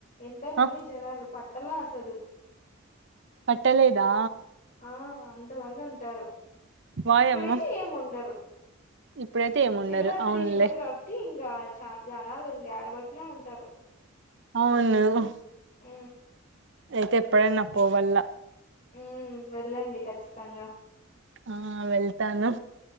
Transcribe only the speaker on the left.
ఎంతో మంది
జనాలు ప ఎలా అసలు
ఆ అంతమంది ఉంటారు
ఇప్పుడైతే ఏమి ఉండరు
శివరాత్రి
శివుడుగావటి ఇం ఇంకా చ జనాలు ఇంకా ఆడబట్టినే ఉంటారు
ఆ
ఉ వెళ్ళండి ఖచ్చితంగా